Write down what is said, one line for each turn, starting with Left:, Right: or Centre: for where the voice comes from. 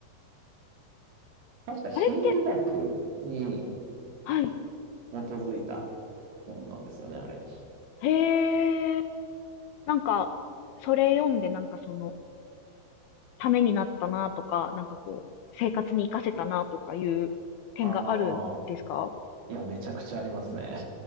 Right: 確か心理学に
Left: あれって、はい。
Right: 基づいた本なんですよね、あれ。
Left: へえ。なんか、それ読んで、なんかその、ためになったなとか、なんかこう、生活に活かせたなとかいう点があるんですか
Right: ああ、いや、めちゃくちゃありますね。